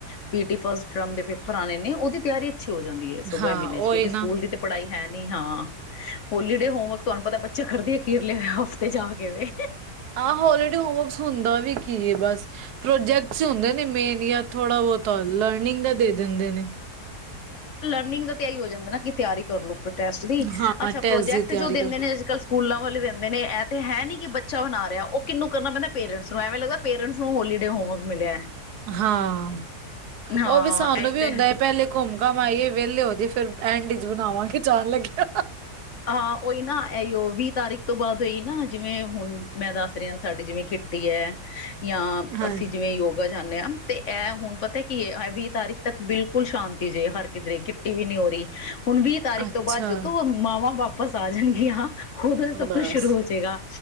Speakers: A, on the left (about 55°); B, on the right (about 75°).
A: ਪੀ ਟੀ ਫਸਟ ਟਰਮ ਦੇ ਪੇਪਰ ਆਉਣੇ ਨੇ ਉਹ ਦੀ ਤਿਆਰੀ ਅੱਛੀ ਹੋ ਜਾਂਦੀ ਹੈ, ਸਗੋ
B: ਹਾਂ
A: ਮਹੀਨੇ
B: ਉਹੀ
A: ਚ ਕਿਉਂਕਿ
B: ਨਾ
A: ਸਕੂਲ ਦੀ ਤਾਂ ਪੜ੍ਹਾਈ ਹੈ ਨੀ ਹਾਂ ਹੋਲੀ ਡੇ ਹੋਮਵਰਕ ਤੁਹਾਨੂੰ ਪਤਾ। ਚ ਖੜਦੇ, ਅਖੀਰਲੇ ਹਫਤੇ ਜਾ ਕੇ ਵਂ,
B: ਆਹ ਹੋਲੀਡੇ ਹੋਮਸ ਹੁੰਦਾ ਵੀ ਕੀ ਹੈ, ਬਸ ਪ੍ਰੋਜੈਕਟਸ ਹੁੰਦੇ ਨੇ, ਮੇਨ ਜਾਂ ਥੋੜਾ ਬਹੁਤਾ ਲਰਨਿੰਗ ਦਾ ਦੇ ਦਿੰਦੇ ਨੇ,
A: ਰਿੰਗ ਦਾ ਤਿਆਹੀ ਹੋ ਜਾਂਦਾ ਨਾ ਕਿ ਤਿਆਰੀ ਕਰਲੋ। ਪ੍ਰੋਜੈਕਟ ਦੀ
B: ਹਾਂ
A: ਅੱਛਾ
B: ਟੈਸਟ
A: ਪ੍ਰੋਜੈਕਟ
B: ਦੀ ਤਿਆਰੀ
A: ਜੋ ਦਿੰਦੇ
B: ਕਰ
A: ਨੇ ਅੱਜ ਕੱਲ੍ਹ ਸਕੂਲਾਂ ਵਾਲੇ ਦਿੰ ਨੇ- ਨੇ ਐਪ ਤੇ ਹੈ ਨੀ ਕਿ ਬੱਚਾ ਬਣਾ ਰਿਹਾ ਉਹ ਕਿੰਨੂੰ ਕਰਨਾ ਪੈਂਦਾ ਪੇਰੈਂਟਸ ਨੂੰ ਐਵੇਂ ਲੱਗਦਾ ਪੇਰੈਂਟ ਹੋਲੀਡੇ ਹੋਮਵਰਕ ਮਿਲਿਆ ਹੈ।
B: ਹਾਂ
A: ਹਾਂ
B: ਉਹ ਵੀ ਸਾਨੂੰ
A: ਇਹੀ
B: ਵੀ
A: ਤੇ
B: ਹੁੰਦਾ ਹੈ। ਪਹਿਲੇ ਘੁੰਮ ਕਮ ਇਹ ਵੇਲਲੇ ਹੋ ਜੇ ਫੇਰ ਐਂਡ ਚ' ਬਣਾਵਾਂਗੇ ਜਾਣ ਲੱਗਿਆ
A: ਹਾਂ ਉਹੀ ਨਾ ਇਹੀ ਉਹ ਵੀਹ ਤਾਰੀਕ ਤੋਂ ਬਾਅਦ ਨਾ ਜਿਵੇਂ ਹੁਣ ਮੈਂ ਦੱਸ ਰਹੀ ਹਾਂ ਸਾਡੀਕਿਟੀ ਹੈ। ਜਾਂ
B: ਹਾਂ
A: ਅਸੀਂ ਜਿਵੇਂ ਯੋਗਾ ਜਾਂਦੇ ਹਾਂ ਤੇ ਇਹ ਹੁਣ ਪਤਾ ਹੈ। ਵੀਹ ਤਾਰੀਖ ਤੱਕ ਬਿਲਕੁਲ ਕੁਲ ਸ਼ਾਂਤ- ਜੇ ਹਰ ਕਿਧਰੇ ਕਿੱਟੀ ਵੀ ਨਹੀਂੀ ਹੋ ਰਹੀ ਹ <inaudible> ਹੁਣ ਵੀਹ ਤਾਰੀਖ
B: ਅੱਛਾ
A: ਤੋਂ ਬਾਅਦ ਜਦੋਂ ਮਾਵਾਂ ਵਾਪਸ ਆ ਜਾਣਗੇ ਹ ਉਦੋਂ ਸਭ
B: ਬਸ
A: ਕੁਛ ਸ਼ੁਰੂ ਹੋ ਜਾਏਗਾ